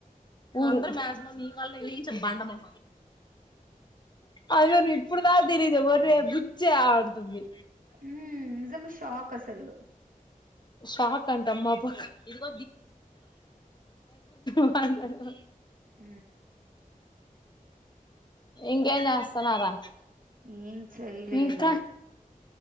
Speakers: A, on the left; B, on the right.
A: ఊ మ నీ వాళ్ళ బండ మ అది ఇప్పుడుదాతలీదు తే బుచ్చా అంటుంది
B: ఉమ్ నిజంగా షాక్ అసలు
A: షాక్ అంట మాబక్ అయి <unintelligible> మాట్లాడుత
B: హ
A: ఇంకేం చేస్తున్నారా
B: ఏ చేయలేదు
A: ఇంకా